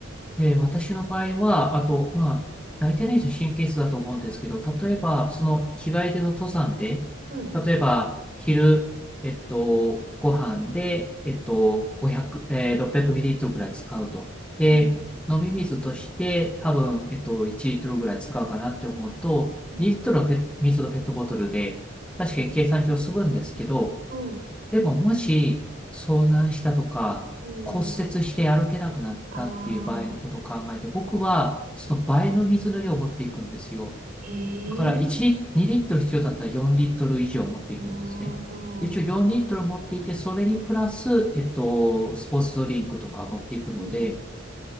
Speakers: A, in the centre; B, on the right (about 45°).
A: で、私の場合は、あと、まあ、大体の人神経質だと思うんですけど、例えば、その日帰りでの登山で、
B: はい。
A: 例えば、昼、えっと、ご飯で、えっと、500、えー、600ml ぐらい使うと。で、
B: うん、
A: 飲み水として多分、えっと、1リットルぐらい使うかなって思うと、
B: うん、
A: 2リットルのペ水のペットボトルで、確かに計算上済むんですけど、
B: うーん、はい。
A: でも、もし、遭難したとか、
B: うーん。
A: 骨折して歩けなくなったっていう場合のことを考えて、
B: ああ、
A: 僕は、その倍の水の量を持っていくんですよ。
B: へ
A: だから、
B: え。
A: 1リ、2リットル必要だったら4リットル以上持っていくんですね。
B: ああ、
A: 一応4リットル持っていて、それにプラス、えっと、スポーツドリンクとか持っていくので、
B: うん、